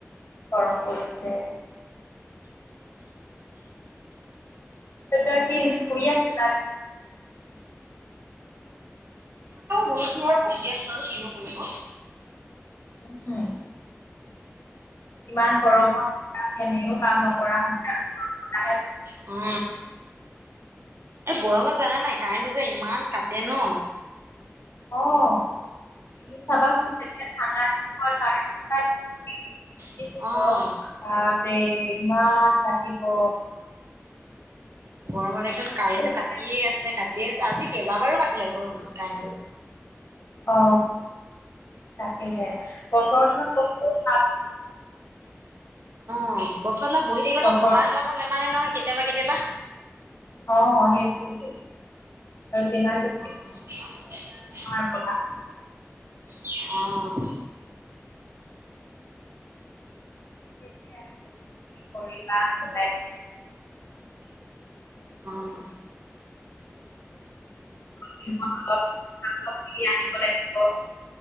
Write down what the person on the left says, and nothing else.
গৰম কৰিছে তেতিয়া কি শুই আছিলা
উম ইমান গৰমত ফেনখন এনেও কাম নকৰা হৈছে আৰু গৰম বতাহে
অ ই চাবাচোন যেতিয়া ঠান্ডা দিন পৰে কাৰেন্ট সদায় থাকে কি
যে গৰম বাপৰে ইমান থাকিব
আচলতে
অ তাকেহে বছৰচত নো কত কাট
বছৰ
অ সেইটো আৰু যিমান
নায়ে বতাহ
আৰু কৰিবা উপায় ত
<unintelligible> অলপ <unintelligible> কিনি আনিব লাগিব